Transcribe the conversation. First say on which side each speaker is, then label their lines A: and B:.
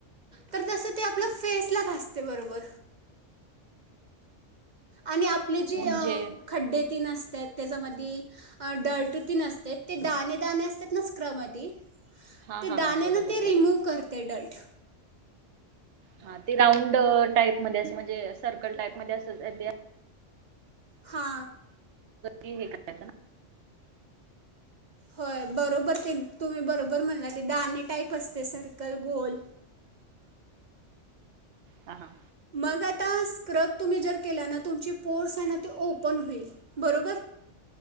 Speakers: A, on the right; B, on the right.
A: तर तसं ते आपलं फेसला घासते बरोबर आणि आपले जे
B: म्हणजे
A: खड्डे तेन असत्यात त्याच्यामध्ये डर्ट तेन असत्यात ते दाणे दाणे असतात ना स्क्रब मधी
B: हा
A: ते
B: हा
A: दाणे
B: हा बरोबर
A: ना ते
B: बरोबर
A: रिमूव्ह करते ते डर्ट
B: हा ते राऊंड टाईप मध्ये असं म्हणजे सर्कल टाईप मध्ये अस त्याचे
A: हा
B: हे करायचं ना
A: होय बरोबर ते तुम्ही बरोबर म्हणला ते दाणे टाईप असते सर्कल गोल
B: हा हा
A: मग आता स्क्रब तुम्ही जर केला ना तुमची पोर्स आहे ना ते ओपन पण होईल बरोबर